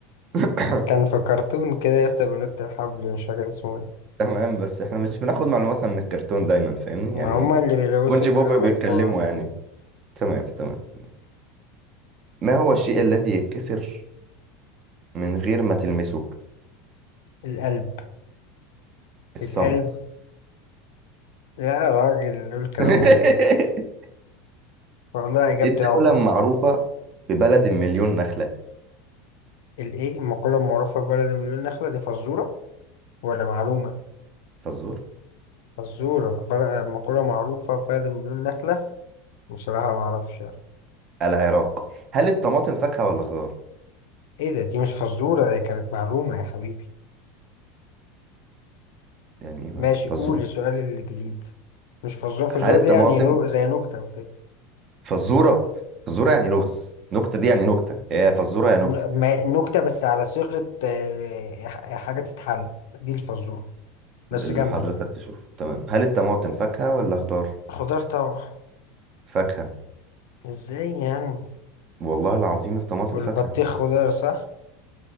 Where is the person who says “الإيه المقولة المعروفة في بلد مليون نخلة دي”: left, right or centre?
Left